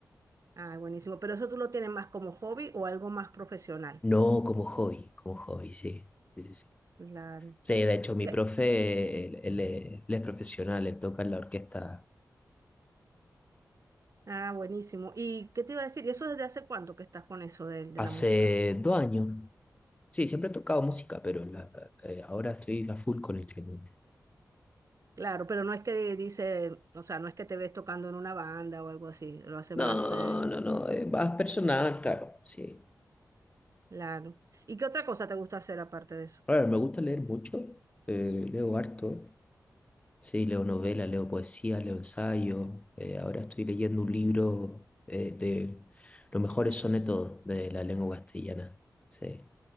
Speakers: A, on the right; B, on the left.
A: Ah, buenísimo. Pero eso tú lo tienes más como hobby o algo más profesional.
B: No como hobby, como hobby, sí. Sí, sí, sí.
A: Claro.
B: Sí, de hecho mi
A: Y-
B: profe, él, él es él es profesional, él toca en la orquesta
A: Ah, buenísimo. ¿Y qué te iba a decir? ¿Y eso desde hace cuánto que estás con eso de, de
B: hace
A: la música?
B: dos años. Sí, siempre he tocado música, pero la- eh, ahora estoy a full con el clemente.
A: Claro, pero no es que dice, o sea, no es que te ves tocando en una banda o algo así, lo haces más
B: No,
A: eh,
B: no, no, eh, más personal, claro, sí.
A: claro. ¿Y qué otra cosa te gusta hacer aparte de eso?
B: Ahora, me gusta leer mucho, eh, leo harto. Sí, leo novela, leo poesía, leo ensayo. Eh, ahora estoy leyendo un libro eh, de los mejores sonetos de la lengua castellana. Sí.